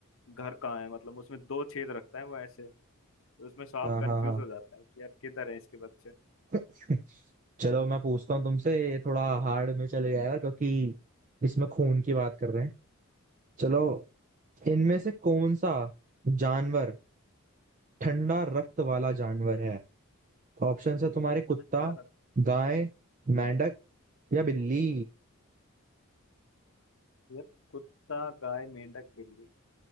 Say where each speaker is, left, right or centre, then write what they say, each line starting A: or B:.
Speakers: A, on the left; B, on the right.
A: घर कहाँ है मतलब उसमें दो छेद रखता है वो ऐसे तो उसमें सांप
B: हाँ
A: कंफ्यूज
B: हाँ हाँ
A: हो जाता है कि यार किधर है इसके बच्चे
B: <laughs> चलो मैं पूछता हूँ तुमसे ये थोड़ा हार्ड में चले जाएगा क्योंकि इसमें खून की बात कर रहे हैं चलो इनमें से कौन सा जानवर ठंडा रक्त वाला जानवर है ऑप्शन है तुम्हारे कुत्ता
A: ठंडा रख
B: गाय मेंढक या बिल्ली
A: यार कुत्ता गाय मेंढक बिल्ली